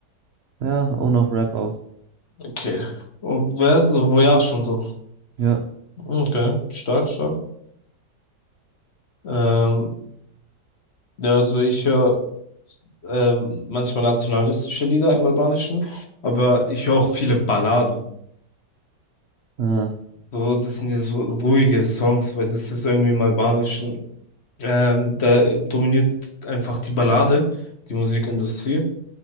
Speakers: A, on the right; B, on the left.
A: Ja, und auch Rap auch.
B: Okay. Und wer ist so, wo ja, schon so.
A: Ja,
B: Okay, stark, stark. Ähm, ja, also ich höre ähm, manchmal nationalistische Lieder im Albanischen, aber ich höre auch viele Balladen.
A: ah,
B: So, das sind ja so ruhige Songs, weil das ist irgendwie im Albanischen. Ähm, da dominiert einfach die Ballade, die Musikindustrie.